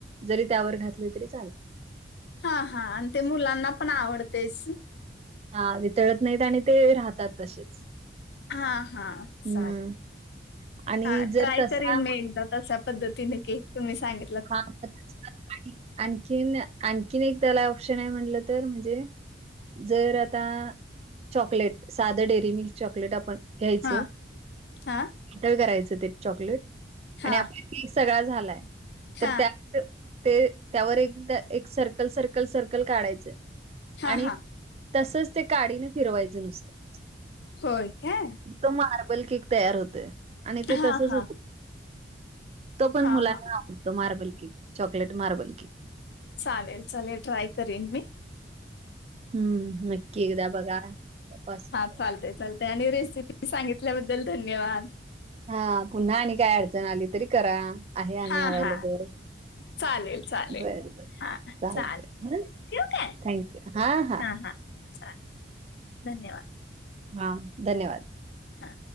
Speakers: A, on the right (about 35°); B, on the left (about 65°).
A: जरी त्यावर घातले तरी चालते.
B: हां हां आण ते मुलांना पण आवडतेच.
A: हां वितळत नाहीत आणि ते राहतात तसेच.
B: हां हां
A: हम्म
B: चालेल
A: आणि
B: हां
A: जर
B: ट्राय
A: तसा
B: करीन मी एकदा तशा पद्धतीने केक तुम्ही सांगि
A: हां <unintelligible> आणखीन आणखीन एक त्याला ऑप्शन आहे म्हणलं तर म्हणजे जर आता चॉकलेट साधं डेअरी मिल्क चॉकलेट आपण घ्यायचं
B: हा हा
A: <unintelligible> रायचं ते चॉकलेट
B: हा
A: आणि आपला केक सगळा झालाय तर
B: हा
A: त्या त ते त्यावर एकदा एक सर्कल सर्कल सर्कल काढायचं
B: हा
A: आणि
B: हा
A: तसच ते काडीने फिरवायचं नुस्तं.
B: होय काय?
A: तो मार्बल केक तयार होतोय आणि ते
B: हा
A: तसंच
B: हा
A: तो पण
B: हा
A: मुलांना
B: हा
A: आवडतो marble cake chocolate marble cake.
B: चालेल चालेल ट्राय करीन मी.
A: हम्म नक्की एकदा बघा तपासून.
B: चालतय चालतेय आणि रेसिपी सांगितल्याबद्दल धन्यवाद.
A: हा पुन्हा आणि काय अडचण आली तरी करा आहे आम्ही
B: हा
A: अँवलेबल.
B: हा चालेल चालेल
A: बर बर चालतय
B: हा चालेल
A: हां.
B: ठेवू काय
A: थँक्यू हां हां.
B: हा हा चालेल धन्यवाद.
A: हां धन्यवाद.
B: हां.